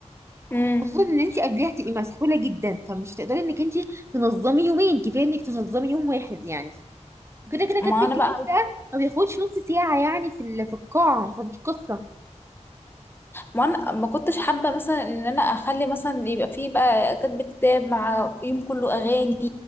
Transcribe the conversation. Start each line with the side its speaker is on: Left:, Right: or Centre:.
Left: امم
Right: خصوصا ان انت قبليها هتبقي مسحوله جدا فمش هتقدري انك انت تنظمي يومين كفايه انك تنظمي يوم واحد يعني كده كده
Left: ما
Right: كاتب الكتاب
Left: انا بقى
Right: ده ما بياخدش نص ساعه يعني في ال- في القاعه فدي قصه
Left: ما انا ما كنتش حابه مثلا ان انا اخلي مثلا يبقى فيه بقى كاتب كتاب مع يوم كله اغاني